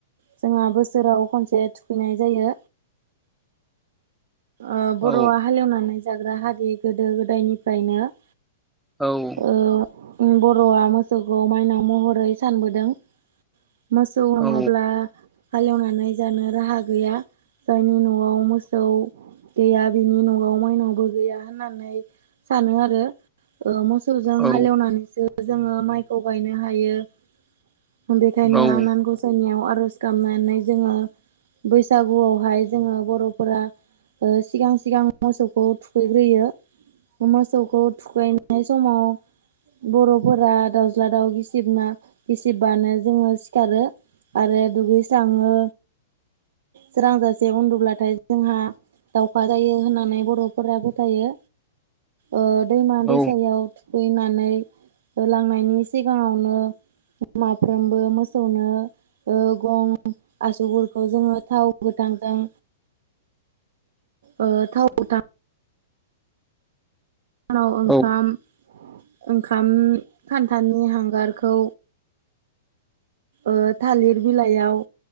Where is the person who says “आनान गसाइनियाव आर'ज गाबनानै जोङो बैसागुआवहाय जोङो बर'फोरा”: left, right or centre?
Right